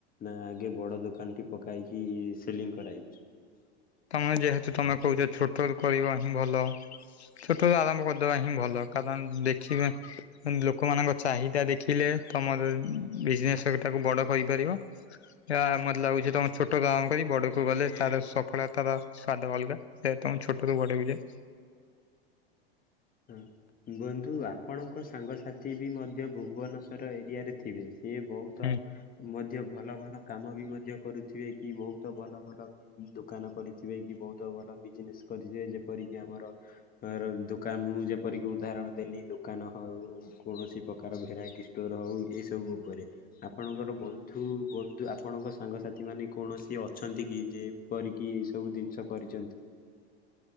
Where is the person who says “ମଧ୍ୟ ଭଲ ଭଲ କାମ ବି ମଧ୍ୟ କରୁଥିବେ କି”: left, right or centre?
Left